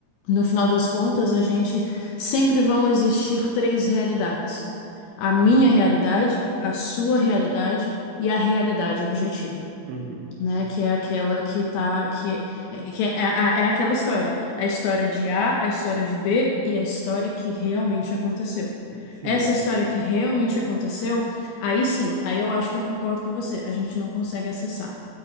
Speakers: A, on the left (about 75°); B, on the right (about 75°).
A: no final das contas, a gente sempre vão existir três realidades: a minha
B: uhum,
A: realidade, a sua realidade e a realidade objetiva.
B: uhum.
A: né? Que é aquela que tá, que, é, que é, é, a- é aquela história, a história de A, a história de B e a história que realmente aconteceu.
B: Sim,
A: Essa história que realmente aconteceu, aí sim, aí eu acho que eu concordo com você, a gente não consegue acessar.